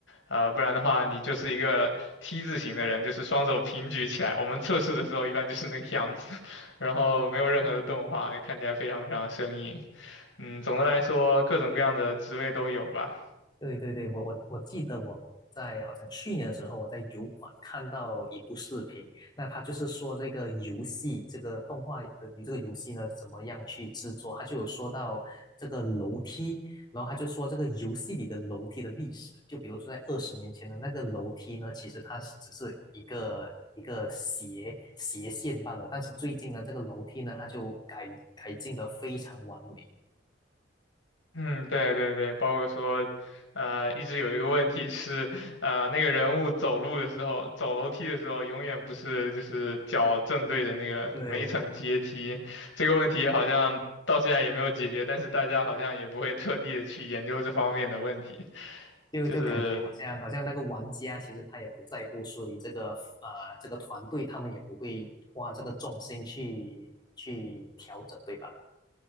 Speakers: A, on the left; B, on the left.
A: 呃，不然的话，你就是一个 T 字形的人，就是双手平举起来。我们测试的时候一般就是那个样子。然后没有任何的动画，看起来非常非常生硬。嗯，总的来说，各种各样的职位都有吧。
B: 对对对，我我我记得我在好像去年的时候，我在油管看到一部视频，那他就是说这个游戏，这个动画的这个游戏呢，怎么样去制作？他就有说到这个楼梯，然后他就说这个游戏里的楼梯的历史，就比如说在二十年前的那个楼梯呢，其实它是只是一个一个斜斜线罢了，但是最近呢，这个楼梯呢，它就改改进的非常完美。
A: 嗯，对对对，包括说，呃，一直有一个问题是，呃，那个人物走路的时候，走楼梯的时候，永远不是就是脚正对着那个每一层阶梯。
B: 对，
A: 这个问题好像到现在也没有解决，但是大家好像也不会特地的去研究这方面的问题，
B: 就就感觉好像好像那个玩家其实他也不在乎输赢，
A: 就是
B: 这个呃这个团队他们也不会花这个重心去去调整，对吧？